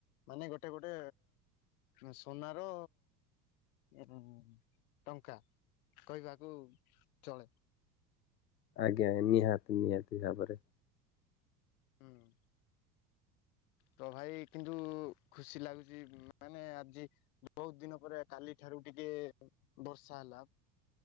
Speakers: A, on the left; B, on the left.
A: ମାନେ ଗୋଟେ ଗୋଟେ ଉଁ ସୁନାର ଏବଂ ଟଙ୍କା କହିବାକୁ ଚଳେ।
B: ଆଜ୍ଞା ନିହାତି ନିହାତି ଭାବରେ।
A: ହୁଁ। ତ ଭାଇ କିନ୍ତୁ ଉ ଉ ଖୁସି ଲାଗୁଚି ମାନେ ଆଜି ବହୁତ ଦିନ ପରେ କାଲି ଠାରୁ ଟିକେ ଏ ଏ ବର୍ଷା ହେଲା।